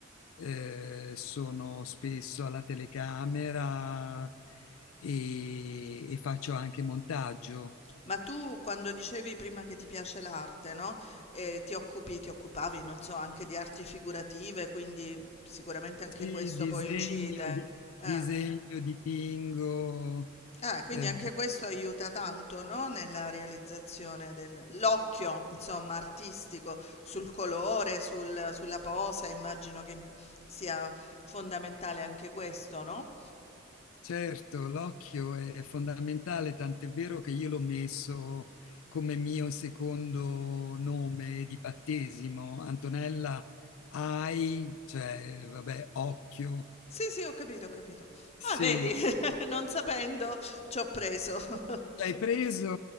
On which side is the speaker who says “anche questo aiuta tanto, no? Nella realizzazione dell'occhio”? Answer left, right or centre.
Left